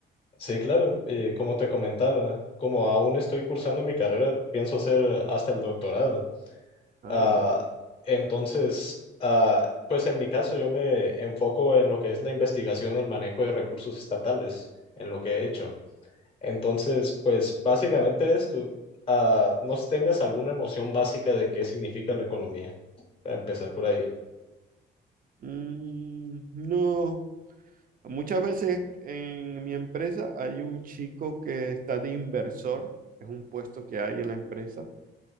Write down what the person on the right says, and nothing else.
Ah,
va.
Mm, no, muchas veces en mi empresa hay un chico que está de inversor, es un puesto que hay en la empresa